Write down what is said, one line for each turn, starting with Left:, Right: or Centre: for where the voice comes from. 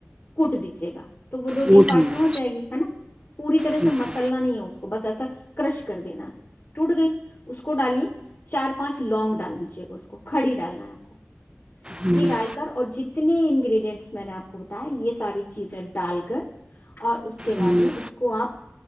Left: کوٹ دیجیے گا تو وہ دو تین
Right: روٹ
Left: پارٹ
Right: ملا
Left: میں ہو جائے گی ہے نا پوری طرح
Right: ٹھیک
Left: سے مسلنا
Right: ہے
Left: نہیں ہے اس کو بس ایسا کرش کر دینا ٹوٹ گئی اس کو کو ڈالے چار پانچ لونگ ڈال دیجے گا اس کو کھڑی ڈالنا ہے آپ کو
Right: ہوں،
Left: یہ ڈال کر اور جیت اتنے انگریڈینٹس میں نے آپ کو بتایا یہ ساری چیزیں ڈال کر اور اس کے بعد
Right: ہوں،
Left: میں اس کو آپ